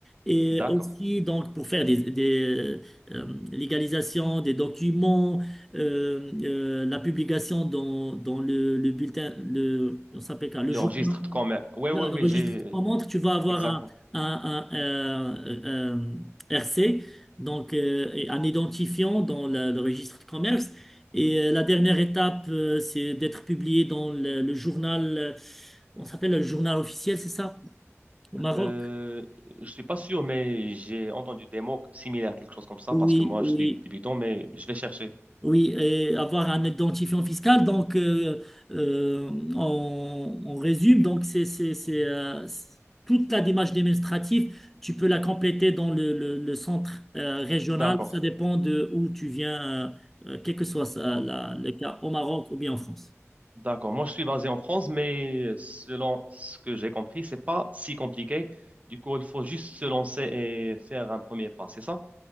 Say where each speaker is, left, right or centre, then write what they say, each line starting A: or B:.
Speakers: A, in the centre; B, on the right.
A: Et
B: D'accord.
A: aussi, donc, pour faire des, des euh, euh, légalisations, des documents, euh, euh, la publication dans, dans le, le bulletin, le, on s'appelle quoi, le
B: Le
A: journal.
B: registre de commerce. Oui,
A: Dans
B: oui, oui,
A: le registre
B: j'ai...
A: en montre, tu vas avoir
B: Exact.
A: un, un- un, euh, un RC, donc euh, et un identifiant dans le, le registre de commerce. Et euh, la dernière étape, euh, c'est d'être publié dans le, le journal, euh, on s'appelle le journal officiel, c'est ça, au Maroc?
B: Euh, je suis pas sûr, mais j'ai entendu des mots similaires, quelque chose comme ça,
A: Oui,
B: parce que moi,
A: oui.
B: je suis débutant, mais je vais chercher.
A: Oui, et avoir un identifiant fiscal. Donc, euh, euh, on, on résume. Donc, c'est c'est- c'est, euh, c'est- toute la démarche administrative. Tu peux la compléter dans le, le- le centre euh, régional.
B: D'accord,
A: Ça dépend de où tu viens, euh, euh, quel que soit ça, la- le cas, au Maroc ou bien en France.
B: d'accord. Moi, je suis basé en France, mais selon ce que j'ai compris, c'est pas si compliqué. Du coup, il faut juste se lancer et faire un premier pas, c'est ça?